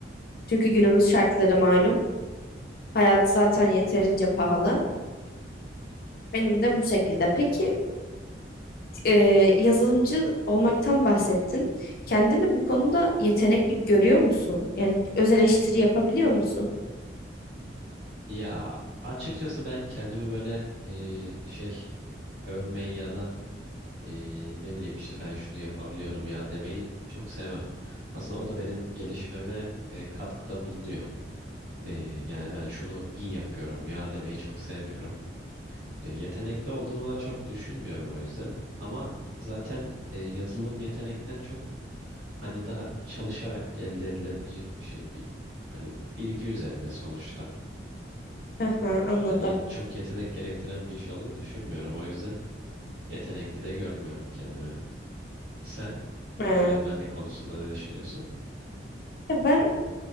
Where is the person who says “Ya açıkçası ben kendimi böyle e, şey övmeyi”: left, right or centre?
Right